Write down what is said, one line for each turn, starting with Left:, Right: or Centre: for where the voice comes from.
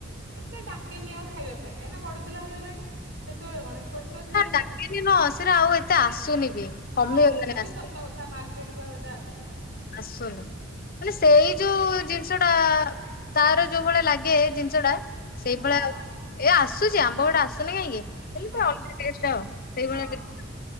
Right: ଏତୋ କେନି ଆଉ ଖାଇବା ପାଇଁ କାଁକ ନା ବ ପିଲ ହେଇଗଲାଣି ସେତେବେଳେ କଣ ଛୋଟ ଥିଲେ
Left: ଡାକିନି
Right: ନା
Left: ନୁହଁ ଆଉ ଏତେ ଆସୁନି ବି କମିଗଲାଣି
Right: ହଁ ସେଟା ବି
Left: ଆସ୍ତେ
Right: ସତ କଥା ମାର କେତଟୁ ଆେ ଆସୁନାହିଁ
Left: ଆସୁନି ମାନେ ସେଇ ଯୋଉ ଜିନିଷ ଟା ତାର ଯୋଉ ଭଳିଆ ଲାଗେ ଜିନିଷ ଟା ସେଇଭଳିଆ
Right: ହଁ
Left: ଏ ଆସୁ ସେ ଆମ୍ବ ଗୁଡ଼ ଆସୁନି କାହିଁକି ଏତା
Right: ହଁ
Left: ଦେଷ୍ଟ ସେଇଭଳିଆ
Right: ହଁ।
Left: କେ